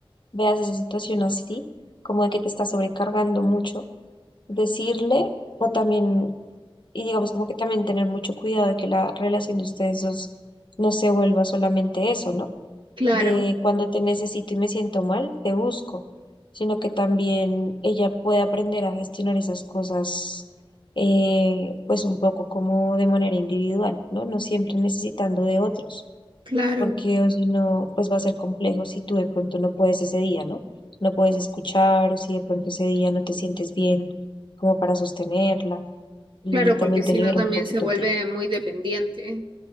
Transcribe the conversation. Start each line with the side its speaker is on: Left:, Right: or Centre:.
Left: veas esa situación así, como de que te está sobrecargando mucho, decirle o también, y digamos como que también tener mucho cuidado de que la relación de ustedes dos no se vuelva solamente eso, ¿no?
Right: Claro,
Left: de cuando te necesito y me siento mal, te busco, sino que también ella puede aprender a gestionar esas cosas, eh, pues un poco como de manera individual, ¿no? No siempre necesitando de otros,
Right: claro,
Left: porque o si no, pues va a ser complejo si tú de pronto no puedes ese día, ¿no? No puedes escuchar o si de pronto ese día no te sientes bien como para sostenerla y
Right: claro,
Left: también
Right: porque si
Left: te libera
Right: no también
Left: un poquito
Right: se vuelve
Left: a ti.
Right: muy dependiente.